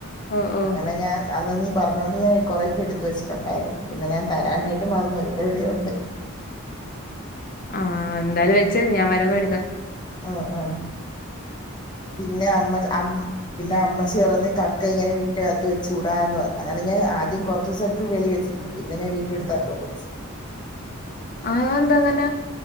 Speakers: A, on the left; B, on the left.
A: ഓഹ് ഓഹ്
B: അങ്ങന ഞാൻ അന്ന് നീ പറഞ്ഞോണ്ട് ഞാൻ കൊറെയൊക്കെ എടുത്ത് വെച്ചിട്ടുണ്ടായിരുന്നു പിന്നെ ഞാൻ തരാനായിട്ട് മറന്നു പോയി ഇവിടെ എവിടെയോ ഉണ്ട്.
A: ആ എന്തായാലും വെച്ചോ ഞാൻ വരമ്പോ എട്ക്കാം.
B: അ അ പിന്നെ അമ്മ ച അ പിന്നെ അമ്മച്ചി പറഞ്ഞ് കക്കയിങ്ങനെ വീട്ടിന്റകത്ത് വച്ചൂടാന്ന് പറഞ്ഞു അങ്ങനെ ഞാൻ ആദ്യം കുറച്ചൂസെടുത്ത് വെളീ വെച്ച്. പിന്നെ ഞാൻ വീണ്ടുഎടുത്തഅകത്ത് കൊണ്ട് വെച്ച്.
A: ആ അഎന്താ അങ്ങന?